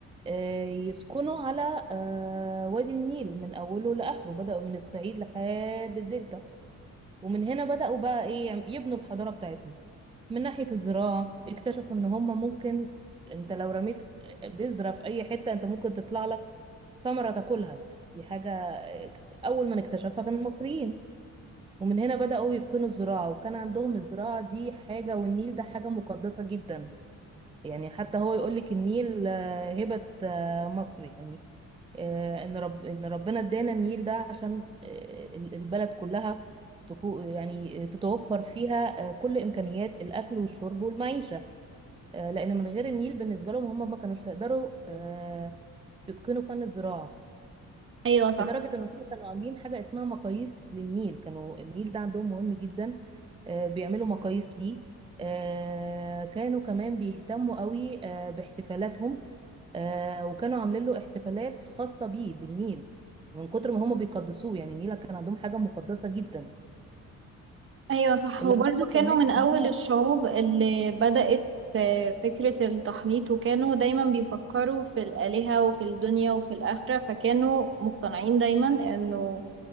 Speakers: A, on the right; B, on the right.
A: آه، يسكنوا على آه، وادي النيل من أوله لآخره بدأوا من الصعيد لحد الدلتا ومن هنا بدأوا بقى إيه يبنوا الحضارة بتاعتهم من ناحية الزراعة اكتشفوا ان هما ممكن انت لو رميت بذرة في اي حتة انت ممكن تطلع لك ثمرة تاكلها يعني دي حاجة اك- اول من اكتشفها كان المصريين ومن هنا بدأوا يتقنوا الزراعة وكان عندهم الزراعة دي حاجة والنيل ده حاجة مقدسة جدا يعني حتى هو يقول لك النيل آه، هبة آه، مصر يعني آه، ان رب ان ربنا ادانا النيل ده عشان آه، ال- البلد كلها تكو- يعني تتوفر فيها آه، كل امكانيات الاكل والشرب والمعيشة آه، لان من غير النيل بالنسبه لهم هم ما كانوش هيقدروا آه، يتقنوا فن الزراعه
B: أيوة صح
A: لدرجه ان هم كانوا عاملين حاجه اسمها مقاييس للنيل كانوا النيل ده عندهم مهم جدا آه، بيعملوا مقاييس ليه آه، كانوا كمان بيهتموا قوي آه، باحتفالاتهم آه، وكانوا عاملين له احتفالات خاصه بيه بالنيل من كتر ما هم بيقدسوه يعني النيل كان عندهم حاجه مقدسه جدا
B: ايوه صح
A: اللي
B: وبرضو
A: اعرفه
B: كانوا
A: كمان
B: من اول
A: ان هم
B: الشعوب اللي بدأت آه، فكرة التحنيط وكانوا دايما بيفكروا في الآلهة وفي الدنيا وفي الآخرة فكانوا مقتنعين دايما انه